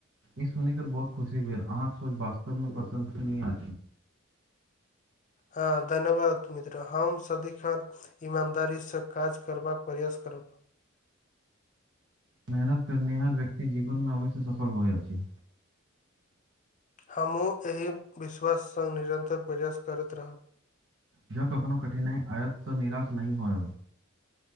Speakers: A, on the right; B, on the left.
A: ई सुनिक बहुत खुशी भेल अहाँके सोच वास्तवमे प्रशंनीए
B: हँ धन्यवाद मित्र हम सदिक इमानदारीसँ काज करबाक प्रयास करब
A: मेहनत करनिहार व्यक्ति जीवनमे अबैसँ सफल होइइत अछि
B: हमहूँ एहि विश्वास सङ्ग निरन्तर प्रयास करैत रहब
A: जँ कखनो कठिनाइ आयत तऽ निराश नहि होय